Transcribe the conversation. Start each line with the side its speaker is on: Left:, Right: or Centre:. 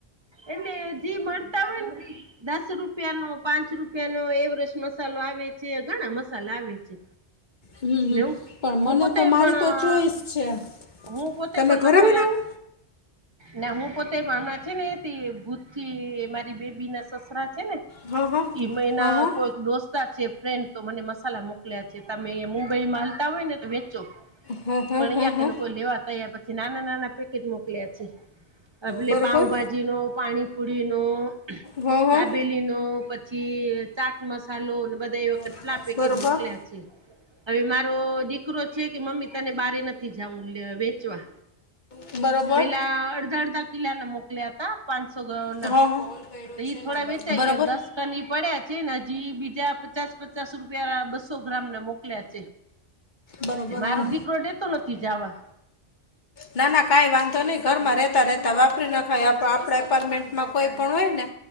Right: એને જી મળતા હોય ને દસ રૂપિયા નો. પાંચ રૂપિયા નો એવરેસ્ટ મસાલો આવે છે ઘણા મસાલા આવે છે.
Left: હમ હમ
Right: ને હું
Left: પણ
Right: હું
Left: મને
Right: પોતે
Left: તો મારી
Right: પણ
Left: તો ચોઈસ છે.
Right: હું પોતે
Left: તમે
Right: પણ
Left: ઘરે
Right: મસાલા
Left: બનાવો
Right: ના હું પોતે હમણાં છે ને એ ભૂત થી મારી બેબી ના સસરા છે ને
Left: હા હા
Right: એમાં એના
Left: હા હા
Right: કોઈક દોસ્તાર છે ફ્રેન્ડ તો મને મસાલા મોકલ્યા છે તમે અયા મુંબઈ માં હાલતા હોય ને તો વેચો
Left: હા હા
Right: પણ
Left: હા
Right: અહીંયા
Left: હા
Right: કોઈ લેવા તૈયાર નથી પછી નાના નાના પ મોકલ્યા છે એટલે
Left: બરોબર
Right: પાઉભાજી નો પાણીપુરી નો.
Left: હા હા
Right: દાબેલીનો પછી ચાટ મસાલો અને બધા એ કેટલાક
Left: અઠ્યાસી
Right: પેકેટ મોકલ્યા છે હવે મારો દીકરો છે કે મમ્મી તને બારે નથી. જ વેચવા
Left: થયું છે
Right: <inaudible> અડધા અડધા કિલા ના મોકલ્યા તા પાંચસો ના
Left: મેં
Right: તો ઇ થોડા
Left: નંબરમાં
Right: વેચાઈ ગયા દસ. ની પડ્યા છે હજી બીજા પચાસ. પચાસ રૂપિયા બસો ગ્રામને મોકલ્યા
Left: બરોબર
Right: છે મારો
Left: હા
Right: દીકરો દેતો નથી જવા
Left: ના ના કઈ વાંધો નહી ઘરમાં રહેતા રહેતા વાપરી નાખાય આપ આપણા એપાર્ટમેન્ટમાં કોઈ પણ હોય ને